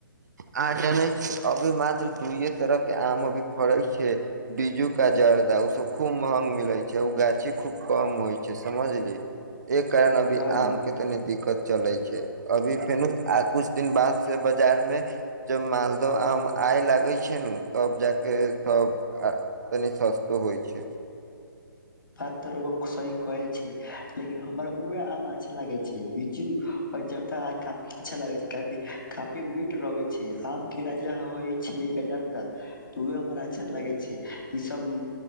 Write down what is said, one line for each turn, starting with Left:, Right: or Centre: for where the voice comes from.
Right: अहाँ जानै छी अभी मात्र दुये तरह के आम अभी फड़े छै बीज्जू का जर्दा ओ सब खूब महंग मिलै छै ओ गाछी खूब कम होइ छै समझली एक कारण अभी
Left: हँ।
Right: आम के तनी दिक्कत चले छै अभी फेनो कुछ दिन बाद से बाजार में जब मालदह आम आय लागे छै ने तब जाक सब तनि सस्तो होइ छै
Left: बात त रुउआ सही कहे छै लेकिन हमर उह आम अच्छा लागे छै बिज्जू आर जर्दा काफी अच्छा लगे छै काफी मीट रहे छै आम के राजा होइ छै रजार द तो हमर अच्छा लगे छै ई सब